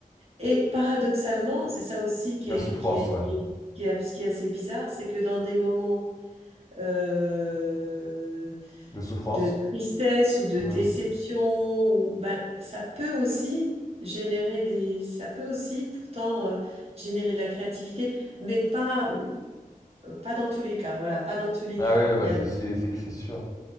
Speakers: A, on the right; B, on the left.
A: Et paradoxalement, c'est ça aussi qui
B: La
A: est,
B: souffrance,
A: qui est,
B: ouais.
A: qui est, qui est, qui est assez bizarre, c'est que dans des moments euh,
B: De souffrance.
A: de tristesse ou de
B: Mhm.
A: déception, ou, ben, ça peut aussi générer des, ça peut aussi pourtant euh, générer de la créativité, mais pas, pas dans tous les cas. Voilà, pas dans tous les
B: Ah
A: cas.
B: oui, ouais, bah
A: Il y a,
B: c'est c'est- c'est que c'est sûr.